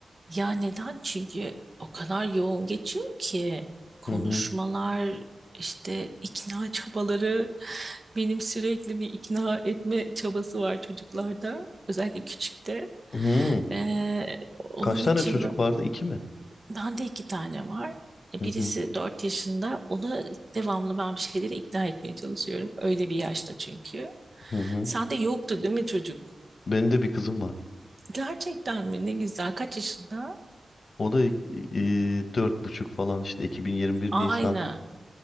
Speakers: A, on the right; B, on the left.
A: Ya neden? Çünkü o kadar yoğun geçiyor ki konuşmalar,
B: Hı hı.
A: işte ikna çabaları. Benim sürekli bir ikna etme çabası var çocuklarda. Özellikle küçükte.
B: Hı.
A: Ee, onun
B: Kaç tane
A: için
B: çocuk
A: böyle
B: vardı? İki mi?
A: Bende iki tane var. E,
B: Hı hı.
A: Birisi 4 yaşında. Onu devamlı ben bir şeyleri ikna etmeye çalışıyorum. Öyle bir yaşta çünkü.
B: Hı hı.
A: Sende yoktu değil mi çocuk?
B: Benim de bir kızım var.
A: Gerçekten mi? Ne güzel. Kaç yaşında?
B: O da e, dört buçuk falan işte 2021
A: Aynı.
B: Nisan.